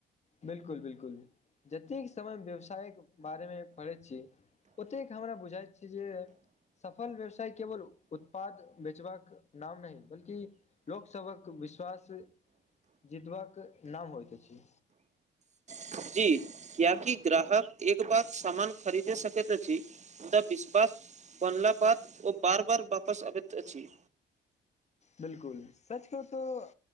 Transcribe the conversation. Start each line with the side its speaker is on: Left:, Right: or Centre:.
Left: बिलकुल बिलकुल‌। जतेक समय व्यवसायक बारेमे- पढ़ै छी ओतेक हमरा बुझाइत छै जे, सफल व्यवसाय केवल उत्पाद बेचबाक नाम नय बल्कि- लोकसभक विश्वास जितबाक नाम होइत अछि‌
Right: जी, कियाकी ग्राहक एक बार समान खरीदे सकैत अछि, मुदा विश्वास बनला बाद ओ बार-बार बापस अबैत अछि।
Left: बिलकुल। सच कहु तो-